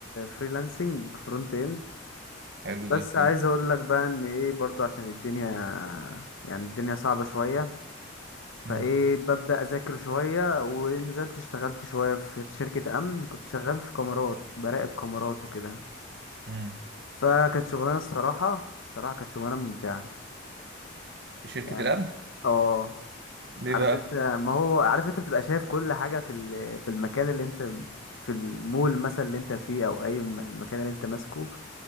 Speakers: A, on the left; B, on the right.
A: فريلانسنج فرونت اند
B: حلو
A: بس
B: زي الفل
A: عايز اقول لك بقى ان ايه برضه عشان الدنيا يعني الدنيا صعبة شوية فايه
B: امم
A: ببدأ اذاكر شوية ونزلت اشتغلت شوية في شركة امن كنت شغال في كاميرات براقب كاميرات وكده
B: امم
A: فكانت شغلانة الصراحة الصراحة كانت شغلانة ممتعة
B: شركة
A: يعني
B: الأمن
A: اه
B: ليه
A: عارف
B: بقى؟
A: انت ما هو عارف انت بتبقى شايف كل حاجة في ال- في المكان اللي انت في المول مثلا اللي انت فيه او اي م- المكان اللي انت ماسكه